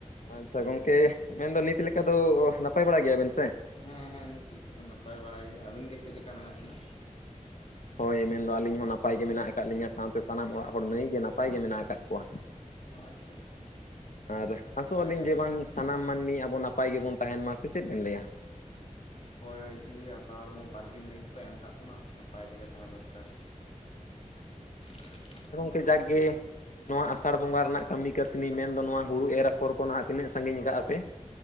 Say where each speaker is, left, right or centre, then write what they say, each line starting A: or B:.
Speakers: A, on the left; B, on the left.
A: ᱟᱪᱪᱷᱟ ᱜᱚᱝᱠᱮ ᱾ᱢᱮᱱᱫᱚ ᱱᱤᱛ ᱞᱮᱠᱟ ᱫᱚ᱾ ᱱᱟᱯᱟᱭ ᱵᱟᱲᱟ ᱜᱮᱭᱟ ᱵᱮᱱ ᱥᱮ?
B: ᱦᱮᱸ- ᱦᱮᱸ ᱱᱤᱛ ᱞᱮᱠᱟ ᱫᱚ᱾ ᱱᱟᱯᱟᱭ ᱵᱟᱲᱟᱭ ᱜᱮ᱾ ᱟᱹᱵᱤᱱ ᱜᱮ ᱪᱮᱫ ᱞᱮᱠᱟ ᱢᱮᱱᱟ-ᱜ ᱵᱤᱱᱟ?
A: ᱦᱳᱭ᱾ ᱢᱮᱱᱫᱚ ᱟᱹᱞᱤᱧ ᱦᱚᱸ ᱱᱟᱯᱟᱭ ᱜᱮ, ᱢᱮᱱᱟ-ᱜ ᱟᱠᱟᱫ ᱞᱤᱧᱟᱹ᱾ ᱥᱟᱶᱛᱮ ᱥᱟᱱᱟᱢ ᱚᱲᱟᱜ ᱦᱚᱲ, ᱱᱟᱹᱭ ᱜᱮ ᱱᱟᱯᱟᱭ ᱜᱮ ᱢᱮᱱᱟᱜ ᱟᱠᱟᱫ ᱠᱚᱣᱟ᱾
B: ᱚ ᱟᱪᱪᱷᱟ ᱟᱪᱪᱷᱟ
A: ᱟᱨ ᱟᱥᱚᱸᱜ
B: ᱱᱟᱯᱟᱭ
A: ᱟᱞᱤᱧ
B: ᱠᱟᱛᱷᱟ
A: ᱡᱮ, ᱵᱟᱝ ᱥᱟᱱᱟᱢ ᱢᱟᱹᱱᱢᱤ ᱟᱵᱚ ᱱᱟᱯ ᱯᱟᱭ ᱜᱮᱵᱚᱱ ᱛᱟᱦᱮᱱ ᱢᱟ ᱾ ᱥᱮ ᱪᱮᱫ ᱵᱮᱱ ᱞᱟᱹᱭᱟ᱾
B: ᱦᱚᱭ - ᱦᱚᱭ ᱡᱤᱣᱤ ᱦᱟᱺᱥᱟ ᱦᱚᱲᱢᱚ, ᱵᱟᱨᱫᱤᱱ ᱞᱟᱹᱜᱤᱫ ᱠᱚ, ᱮᱢ ᱠᱟᱜ ᱵᱚᱱᱟ᱾ ᱱᱟᱯᱟᱭ ᱛᱮ-ᱜᱮ ᱛᱟᱦᱮᱸ ᱫᱚᱨᱠᱟᱨ ᱦᱩᱸ᱾
A: ᱮ ᱡᱟᱠ ᱜᱮ ᱱᱚᱣᱟ ᱟᱥᱟᱲ ᱵᱚᱺᱜᱟ ᱨᱮᱱᱟ-ᱜ ᱠᱟᱹᱢᱤ, ᱠᱟᱹᱥᱱᱤ, ᱢᱮᱱᱫᱚ ᱱᱚᱣᱟ ᱦᱩᱲᱩ ᱮᱨ ᱟᱯᱷᱚᱨ ᱠᱚ᱾ ᱱᱟᱦᱟ-ᱜ ᱛᱤᱱᱟᱹᱜ ᱥᱟᱺᱜᱤᱧ ᱟᱠᱟᱜ-ᱟ ᱯᱮ?